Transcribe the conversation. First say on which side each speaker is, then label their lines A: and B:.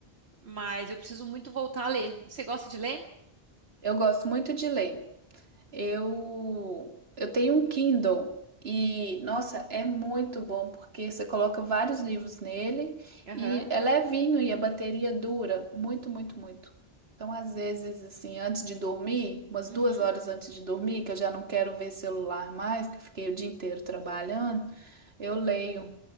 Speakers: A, on the right; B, on the right.
A: Mas eu preciso muito voltar a ler. Você gosta de ler?
B: eu gosto muito de ler. Eu, eu tenho um Kindle e, nossa, é muito bom porque você coloca vários livros nele
A: Aham.
B: e é levinho e a bateria dura muito, muito, muito. Então, às vezes, assim, antes de dormir, umas
A: Uhum.
B: duas horas antes de dormir, que eu já não quero ver celular mais, que eu fiquei o dia inteiro trabalhando, eu leio.